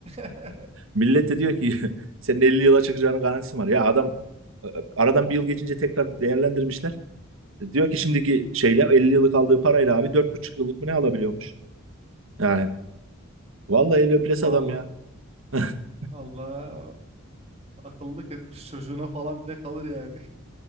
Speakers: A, on the right; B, on the right.
A: <laughs>
B: Millet de diyor ki <laughs> senin 50 yıla çıkacağının garantisi var. Ya adam e, aradan bir yıl geçince tekrar değerlendirmişler. E, Diyor ki şimdiki şeyle 50 yıllık aldığı parayla abi dört buçuk yıllık mı ne alabiliyormuş. Yani vallahi el öpülesi
A: Vallahi
B: adam ya. <laughs>
A: Allah akıllık etmiş çocuğuna falan bile kalır yani.